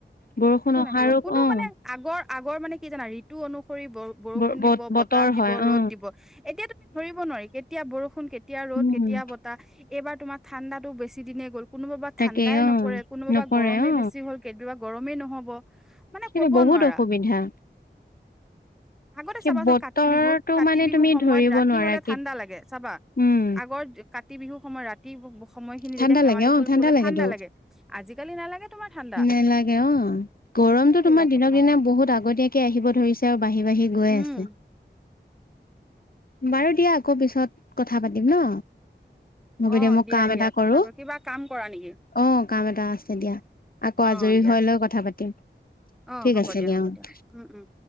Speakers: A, on the left; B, in the centre.
A: বৰষুণ অহাৰো,
B: আহিব কোনো
A: অ'।
B: মানে আগৰ আগৰ মানে কি জানা ঋতু অনুসৰি বৰ বৰষুণ
A: ব বত
B: দিব,
A: বতৰ
B: বতাহ দিব,
A: হয় অ
B: ৰ'দ দিব, এতিয়া তুমি ধৰিব নোৱাৰি। কেতিয়া বৰষুণ, কেতিয়া ৰ'দ,
A: উম
B: কেতিয়া বতাহ, এইবাৰ তোমাৰ ঠাণ্ডাটো বেছি দিনে গ'ল। কোনোবাবা
A: তাকে
B: ঠাণ্ডাই
A: অ
B: নপৰে, কোনোবাবা
A: নপৰে
B: গৰমেই
A: অ
B: বেছি হ'ল, কেতিয়াবা গৰমেই নহ'ব। মানে
A: সেইটো
B: ক'ব
A: বহুত
B: নোৱাৰা
A: অসুবিধা।
B: আগতে
A: সেই
B: চাবাচোন
A: বতৰটো
B: কাতি বিহুত কাতি
A: মানে
B: বিহুৰ
A: তুমি
B: সময়ত
A: ধৰিব
B: ৰাতি
A: নোৱাৰা
B: হ'লে
A: কি
B: ঠাণ্ডা লাগে চাবা।
A: উম
B: আগৰ কাতি বিহু সময় ৰাতি সময়খিনি
A: ঠাণ্ডা
B: যেতিয়া শেৱালি
A: লাগে অ
B: ফুল ফুলে
A: লাগেতো
B: ঠাণ্ডা লাগে, আজিকালি নালাগে তোমাৰ ঠাণ্ডা।
A: নালাগে অ'। গৰমটো
B: সেইবিলাক
A: তোমাৰ দিনক
B: কথা
A: দিনা বহুত আগতীয়াকে আহিব ধৰিছে আৰু বাঢ়ি বাঢ়ি গৈ
B: উম
A: আছে। বাৰু দিয়া আকৌ পিছত কথা পাতিম ন'। হ'ব
B: অ
A: দিয়া মই কাম এটা
B: দিয়া
A: কৰো।
B: কথা পা কিবা কাম কৰা নেকি
A: অ' কাম এটা আছে দিয়া। আকৌ
B: অ
A: আজৰি
B: দিয়া
A: হৈ লৈ কথা পাতিম।
B: অ
A: ঠিক
B: হ'ব
A: আছে দিয়া
B: হ'ব
A: অ'।
B: উম, উম।